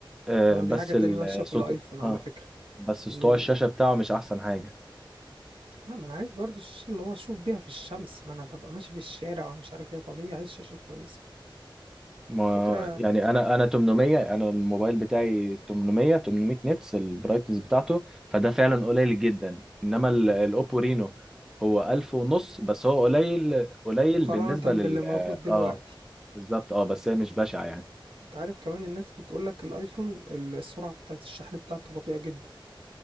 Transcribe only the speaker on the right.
اه
دي حاجة تانية
وحشة في الايفون على
فكرة
ان
لا ما انا عايز برضو الشاشه اللي هو اشوف بيها في الشمس ما انا ببقى ماشي في الشارع ومش عارف ايه طبيعي عايز شاشه كويسه
الفكره
مقارنه
باللي موجود دلوقتي
انت عارف كمان الناس بتقول لك الايفون السرعه بتاعت الشحن بتاعته بطيئه جدا